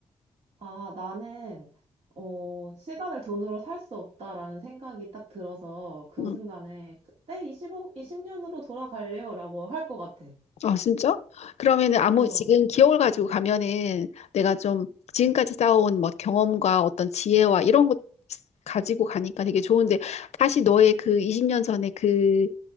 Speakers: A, on the right; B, on the left.
A: 아, 나는, 어, 시간을 돈으로 살 수 없다라는 생각이 딱 들어서 그
B: 음.
A: 순간에 그때 2오이0년으로 돌아갈래요라고 할 것 같아.
B: 아, 진짜? 그러면은 아무
A: 어,
B: 지금 기억을 가지고 가면은 내가 좀 지금까지 쌓아온 뭐 경험과 어떤 지혜와 이런 것 가지고 가니까 되게 좋은데 다시 너의 그 20년 전에 그